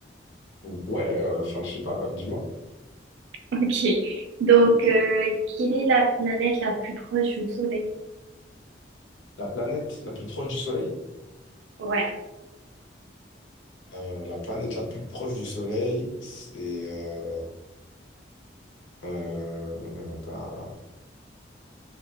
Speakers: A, on the left (about 85°); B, on the right (about 75°).
A: Ou- Ouais, euh, enfin, je sais pas, dis-moi.
B: Ok. Donc, euh, quelle est la planète la plus proche du Soleil?
A: La planète la plus proche du Soleil.
B: Ouais,
A: Euh, la planète la plus proche du Soleil, c'est... Euh, euh, non, pas-